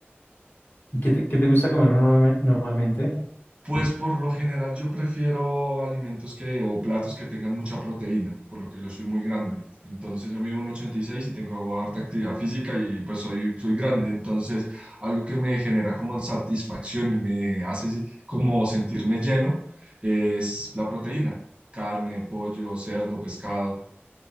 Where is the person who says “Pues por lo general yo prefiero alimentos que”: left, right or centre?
Right